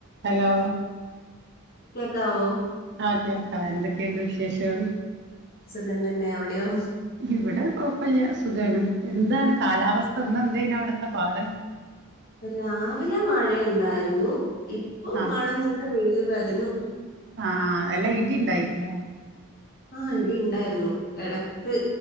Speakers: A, on the right; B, on the left.
A: Hello
B: കേക്കാവോ
A: ആഹ് കേൾക്കാ എന്തൊക്കെണ്ട് വിശേഷം
B: സുഖം തന്നെ അവിടെയോ
A: ഇവിടെ കുഴപ്പല്ല സുഖാണ് എന്താണ് കാലാവസ്ഥ ന്നന്തേന് അവിടത്തെ പാട്
B: രാവിലെ മഴയുണ്ടായിരുന്നു ഇപ്പൊ
A: ആ
B: മഴ നിന്ന് വെയ്ല് വരുന്നു
A: അ ആഹ് നല്ല ഇടിണ്ടായിരുന്നോ
B: ആഹ് ഇടിണ്ടായിരുന്നു എടക്ക്